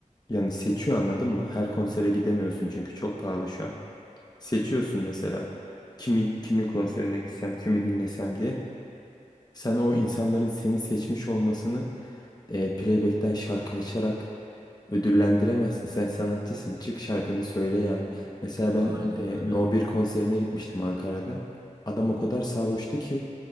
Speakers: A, on the left (about 30°); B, on the right (about 30°).
A: yani seçiyor anladın mı? Her konsere gidemiyorsun çünkü çok pahalı şu an. Seçiyorsun mesela kimi kimin konserine gitsem, kimi dinlesem diye. Sen o insanların seni seçmiş olmasını e, playback'ten şarkı açarak ödüllendiremezsin. Sen sanatçısın. Çık şarkını söyle yani. Mesela ben
B: aynen
A: e,
B: öyle.
A: No 1 konserine gitmiştim Ankara'da. Adam
B: Hı hı.
A: o kadar sarhoştu ki